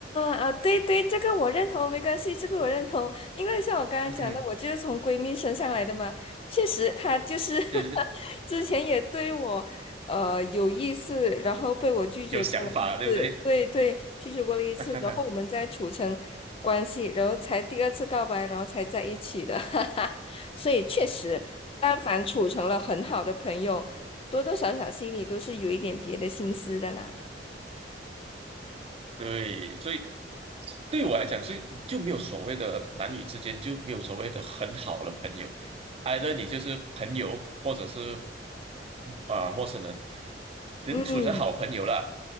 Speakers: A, on the left; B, on the right.
A: 啊，对对，这个我认同，
B: 嗯
A: 没关系，这个我认同，因为像我刚刚讲的，
B: 嗯，嗯
A: 我就是从闺蜜身上来的嘛，确实，她就是 <laughs>
B: 就是
A: 之前也对我呃有意思，然后被我拒绝过了一次，
B: 有想法，对不对？
A: 对对，拒绝过了一次，
B: <laughs>
A: 然后我们再处成关系，然后才第二次告白，然后才在一起的，<laughs> 哈哈，所以确实，但凡处成了很好的朋友，多多少少心里都是有一点别的心思的啦，
B: 对，所以对我来讲，所以就没有所谓的男女之间就没有所谓的很好的朋友 e i 你就是朋友，或者是啊、呃陌生人，能处成好朋友了。
A: 嗯